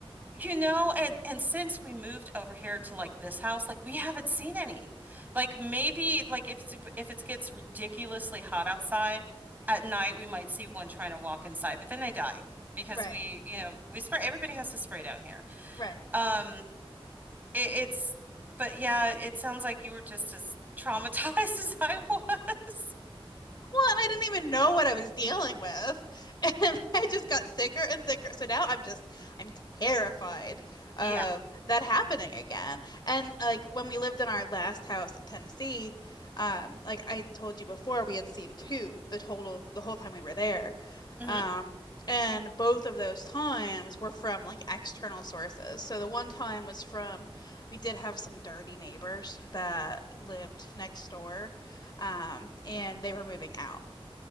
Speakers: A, on the right; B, on the left.
A: you know, and and since we moved over here to like this house, like we haven't seen any. Like maybe like if it's if it gets ridiculously hot outside at night, we might see one trying to walk inside, but then they die because
B: <laughs> Right,
A: we, you know, we spray. Everybody has to spray down here.
B: right.
A: Um, it, it's but yeah, it sounds like you were just as traumatized <laughs> as I was.
B: Well, and I didn't even know what I was dealing with. <laughs> And I just got sicker and sicker. So now I'm just, I'm terrified of
A: Yeah.
B: that happening again. And like when we lived in our last house in Tennessee, um, like I told you before, we had seen two the total, the whole time we were there.
A: Mm-hmm.
B: Um, and both of those times were from like external sources. So the one time was from, we did have some dirty neighbors that lived next door um, and they were moving out.